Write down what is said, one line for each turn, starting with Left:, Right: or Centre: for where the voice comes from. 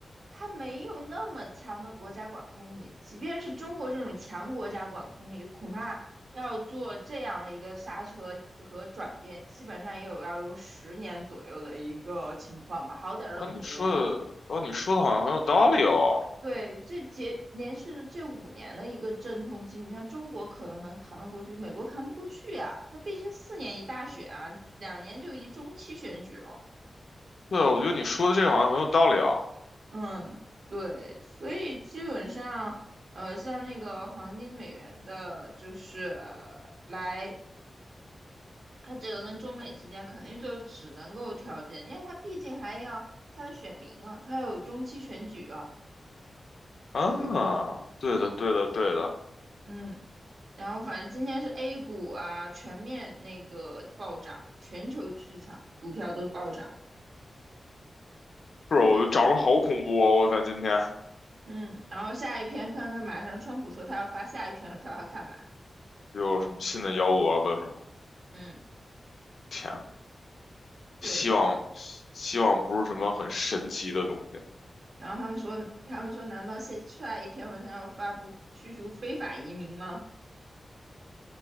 Right: 它没有那么强的国家管控力，即便是中国这种强国家管控力，恐怕要做这样的一个刹车和转变，基本上也有要有十年左右的一个情况吧，好点儿的五年。
Left: 哦，你说的，哦，你说的好像很有道理哦。
Right: 对，这节连续的这五年的一个阵痛期，你像中国可能能扛得过去，美国扛不过去呀、它毕竟四年一大选啊，两年就一中期选举了。
Left: 对啊，我觉得你说的这个好像很有道理啊。
Right: 嗯，对，所以基本上，呃，像那个黄金美元的，就是来他这个跟中美之间肯定就只能够调解，因为他毕竟还要他的选民啊，他有中期选举啊，
Left: 啊，
Right: 对吧？
Left: 对的，对的，对的。
Right: 嗯，然后反正今天是 A 股啊，全面那个暴涨，全球市场股票都暴涨。
Left: 是，我长得好恐怖哦！
Right: 对，
Left: 我在今天
Right: 嗯，然后下一篇看看，马上川普说他要发下一篇的票，他干嘛？
Left: 又有什么新的幺蛾子是吗？
Right: 嗯，
Left: 天啊
Right: 对，
Left: 希望
Right: 就不是。
Left: 希望不是什么很神奇的东西。
Right: 然后他们说，他们说，难道下下一篇文章要发布驱逐非法移民吗？